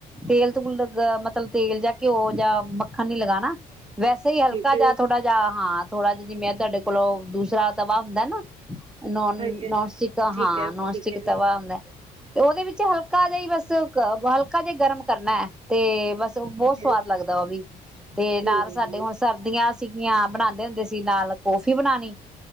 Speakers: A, in the centre; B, on the right.
A: ਤੇਲ ਤੂਲ ਮਤਲਬ ਤੇਲ ਜਾਂ ਘਿਓ ਜਾਂ ਮੱਖਣ ਨੀ ਲਗਾਣਾ ਵੈਸੇ ਹੀ ਹਲਕਾ
B: ਠੀਕ ਹੈ
A: ਜਿਹਾ ਥੋੜਾ ਜਿਹਾ ਹਾਂ ਥੋੜਾ ਜਿਹਾ ਜਿਵੇਂ ਤੁਹਾਡੇ ਕੋਲੋਂ ਦੂਸਰਾ ਤਵਾ ਹੁੰਦਾ ਨਾ ਨੋਨ
B: ਸਹੀ ਹੈ
A: ਸਟਿੱਕ
B: ਠੀਕ
A: ਹਾਂ
B: ਹੈ
A: ਨੋਨ
B: ਠੀਕ
A: ਸਟਿੱਕ
B: ਹੈ
A: ਇੱਕ ਤਵਾ ਆਂਦਾ ਏ ਤੇ ਉਹਦੇ ਵਿੱਚ ਹਲਕਾ ਜਿਹਾ ਹੀ ਬਸ ਹਲਕਾ ਜਿਹਾ ਗਰਮ ਕਰਨਾ ਹੈ ਤੇ ਬਸ ਬਹੁਤ
B: ਠੀਕ
A: ਸਵਾਦ
B: ਹੈ
A: ਲੱਗਦਾ ਉਹ ਵੀ ਤੇ ਨਾਲ
B: ਹਮ
A: ਸਾਡੇ ਹੁਣ ਸਰਦੀਆਂ ਸੀਗੀਆਂ ਬਨਾਂਦੇ ਹੁੰਦੇ ਸੀ ਨਾਲ ਕੋਫੀ ਬਨਾਨੀ।